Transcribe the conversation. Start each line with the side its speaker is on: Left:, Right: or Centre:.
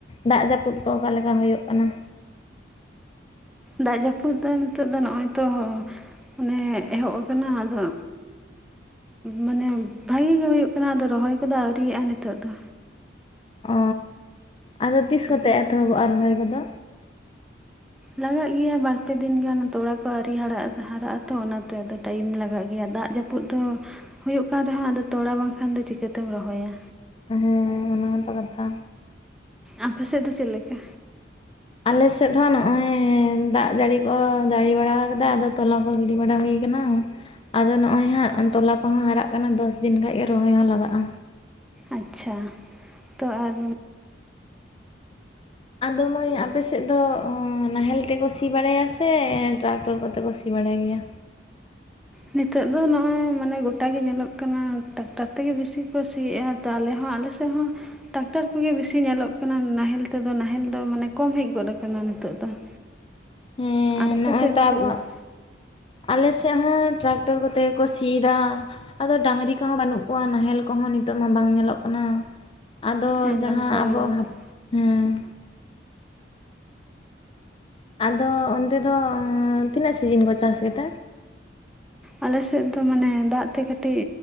Left: ᱫᱟᱜ ᱡᱟᱹᱯᱩᱫ ᱠᱚ ᱚᱠᱟ ᱞᱮᱠᱟ ᱦᱩᱭᱩᱜ ᱠᱟᱱᱟ᱾
Centre: ᱫᱟᱜ ᱡᱟᱹᱯᱩᱫ ᱫᱚ ᱱᱤᱛᱚᱜ ᱫᱚ ᱱᱚᱜᱼᱚᱭ ᱛᱚ᱾ ᱚᱱᱮ ᱮᱦᱚᱵ ᱟᱠᱟᱱᱟ ᱟᱫᱚ᱾ ᱢᱟᱱᱮ ᱵᱷᱟᱜᱤ ᱜᱮ ᱦᱩᱭᱩᱜ ᱠᱟᱱᱟ ᱟᱫᱚ ᱨᱚᱦᱚᱭ ᱠᱚᱫᱚ ᱟᱹᱣᱨᱤᱭᱟᱜᱼᱟ ᱱᱤᱛᱚᱜ ᱫᱚ᱾
Left: ᱚ ᱟᱫᱚ ᱛᱤᱥ
Centre: ᱟᱯᱮ
Left: ᱠᱚᱛᱮ ᱮᱛᱚᱦᱚᱵᱚᱜᱼᱟ ᱨᱚᱦᱚᱭ ᱠᱚᱫᱚ᱾
Centre: ᱞᱟᱜᱟᱜ ᱜᱮᱭᱟ ᱵᱟᱨ ᱯᱮ ᱫᱤᱱ ᱜᱟᱱ ᱛᱚᱲᱟ ᱠᱚ ᱟᱹᱣᱨᱤ ᱦᱟᱨᱟᱜ-ᱟ ᱛᱚ ᱚᱱᱟᱛᱮ ᱟᱫᱚ ᱴᱟᱭᱤᱢ ᱞᱟᱜᱟᱜ ᱜᱮᱭᱟ ᱫᱟᱜ ᱡᱟᱯᱩ ᱡᱟᱹᱯᱩᱫ ᱫᱚ ᱦᱩᱭᱩᱜ ᱠᱟᱱ ᱨᱮᱦᱚᱸ ᱟᱫᱚ ᱛᱚᱲᱟ ᱵᱟᱝᱠᱷᱟᱱ ᱫᱚ ᱪᱤᱠᱟᱹᱛᱮᱢ ᱨᱚᱦᱚᱭᱟ᱾
Left: ᱦᱮᱸ ᱚᱱᱟᱦᱚᱸᱛᱚ ᱠᱟᱛᱷᱟ
Centre: ᱟᱯᱮ ᱥᱮᱫ ᱫᱚ ᱪᱮᱫ ᱞᱮᱠᱟ᱾
Left: ᱟᱞᱮ ᱥᱮᱫ ᱦᱚᱸ ᱱᱚᱜᱚᱸᱭ ᱫᱟᱜ ᱡᱟᱲᱤ ᱠᱚ ᱡᱟᱲᱤ ᱵᱟᱲᱟ ᱟᱠᱟᱫᱟ ᱟᱫᱚ ᱛᱚᱞᱟ ᱠᱚ ᱜᱤᱰᱤ ᱵᱟᱲᱟ ᱦᱩᱭ ᱠᱟᱱᱟ ᱟᱫᱚ ᱱᱚᱜᱼᱚᱭ ᱦᱟᱸᱜ ᱛᱚᱞᱟ ᱠᱚᱦᱚᱸ ᱦᱟᱨᱟᱜ ᱠᱟᱱᱟ ᱫᱚᱥ ᱫᱤᱱ ᱠᱷᱟᱱ ᱜᱮ ᱨᱚᱦᱚᱭ ᱦᱚᱸ ᱞᱟᱜᱟᱜᱼᱟ᱾
Centre: ᱟᱪᱪᱷᱟ ᱛᱚ ᱟᱨ
Left: ᱟᱫᱚ ᱢᱟᱹᱭ ᱟᱯᱮ ᱥᱮᱫ ᱫᱚ ᱚᱻ ᱱᱟᱦᱮᱞ ᱛᱮᱠᱚ ᱥᱤ ᱵᱟᱲᱟᱭᱟ ᱥᱮ ᱴᱨᱟᱠᱴᱚᱨ ᱠᱚᱛᱮ ᱠᱚ ᱥᱤ ᱵᱟᱲᱟᱭ ᱜᱮᱭᱟ᱾
Centre: ᱱᱤᱛᱚᱜ ᱫᱚ ᱱᱚᱜᱼᱚᱭ ᱢᱟᱱᱮ ᱜᱚᱴᱟ ᱜᱮ ᱧᱮᱞᱚᱜ ᱠᱟᱱᱟ ᱴᱨᱟᱠᱴᱟᱨ ᱛᱮᱜᱮ ᱵᱤᱥᱤ ᱠᱚ ᱥᱤᱭᱮᱫᱼᱟ᱾ ᱛᱚ ᱟᱞᱮ ᱦᱚᱸ ᱟᱞᱮ ᱥᱮᱫ ᱦᱚᱸ ᱴᱟᱠᱴᱟᱨ ᱠᱚᱜᱮ ᱵᱤᱥᱤ ᱧᱮᱞᱚᱜ ᱠᱟᱱᱟ ᱱᱟᱦᱮᱞ ᱛᱮᱫᱚ ᱱᱟᱦᱮᱞ ᱫᱚ ᱢᱟᱱᱮ ᱠᱚᱢ ᱦᱮᱡ ᱜᱚᱫ ᱟᱠᱟᱱᱟ ᱱᱤᱛᱚᱜ ᱫᱚ᱾ <inaudible>
Left: ᱦᱮᱸ
Centre: ᱟᱨ ᱟᱯᱮ
Left: ᱱᱚᱜᱼᱚᱭ
Centre: ᱥᱮᱫ ᱫᱚ
Left: ᱛᱚ
Centre: ᱪᱮᱫ
Left: ᱟᱵᱚᱣᱟᱜ᱾
Centre: ᱞᱮᱠᱟ
Left: ᱟᱞᱮ ᱥᱮᱫ ᱦᱚᱸ ᱴᱨᱟᱠᱴᱚᱨ ᱠᱚᱛᱮᱠᱚ ᱥᱤᱫᱟ ᱟᱫᱚ ᱰᱟᱝᱨᱤ ᱠᱚᱦᱚᱸ ᱵᱟᱹᱱᱩᱜ ᱠᱚᱣᱟ ᱱᱟᱦᱮᱞ ᱠᱚᱦᱚᱸ ᱱᱤᱛᱚᱜ ᱢᱟ ᱵᱟᱝ ᱧᱮᱞᱚᱜ ᱠᱟᱱᱟ᱾ ᱟᱫᱚ
Centre: ᱦᱮᱸ
Left: ᱡᱟᱦᱟᱸ
Centre: ᱚᱱᱠᱟ
Left: ᱟᱵᱚ
Centre: ᱜᱮ ᱜᱚᱴᱟ
Left: ᱦᱟᱸ ᱚᱸ ᱟᱫᱚ ᱚᱱᱛᱮ ᱫᱚ ᱛᱤᱱᱟᱹᱜ ᱥᱤᱡᱤᱱ ᱠᱚ ᱪᱟᱥ ᱜᱮᱛᱮ
Centre: ᱟᱞᱮ ᱥᱮᱫ ᱫᱚ ᱢᱟᱱᱮ ᱫᱟᱜ ᱛᱮ ᱠᱟᱹᱴᱤᱡ